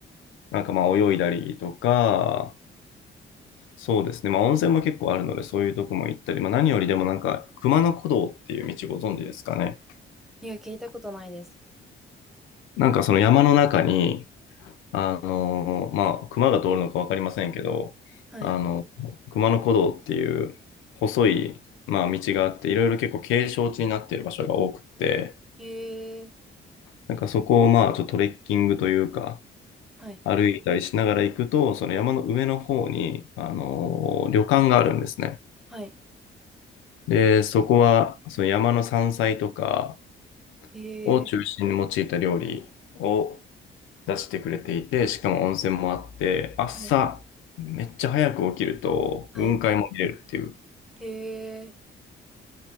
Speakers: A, on the left; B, in the centre.
A: なんかまあ泳いだりとか、そうですね。まあ、温泉も結構あるので、そういうとこも行ったり、まあ、何よりでもなんか、熊野古道っていう道ご存知ですかね。
B: いや、聞いたことないです。
A: なんかその山の中に、あのーまあ、熊が通るのかわかりませんけど、
B: はい。
A: あの、熊野古道っていう細い、まあ、道があって、いろいろ結構景勝地になっている場所が多くて、
B: へえ、
A: なんかそこをまあ、ちょっとトレッキングというか、
B: はい。
A: 歩いたりしながら行くと、その山の上の方に、あのー旅館があるんですね。
B: はい。
A: で、そこは、その山の山菜とか、
B: へえ。
A: を中心に用いた料理を出してくれていて、しかも温泉もあって、朝、
B: はい。
A: めっちゃ早く起きると、
B: はい。
A: 雲海も見れるっていう
B: へえ。